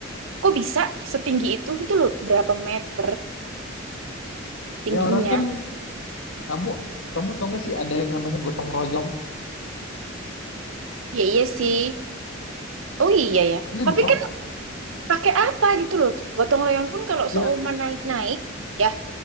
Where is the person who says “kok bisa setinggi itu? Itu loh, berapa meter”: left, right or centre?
Right